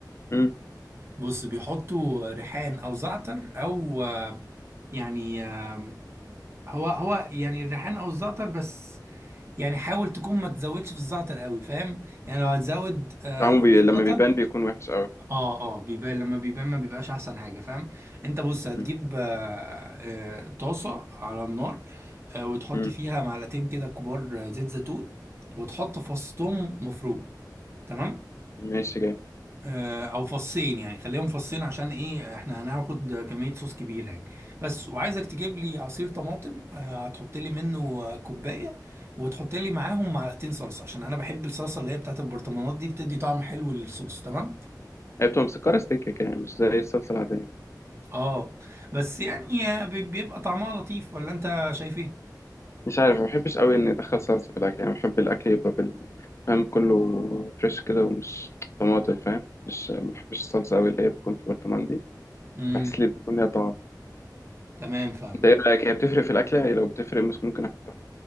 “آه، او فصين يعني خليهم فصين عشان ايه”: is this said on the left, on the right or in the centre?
Right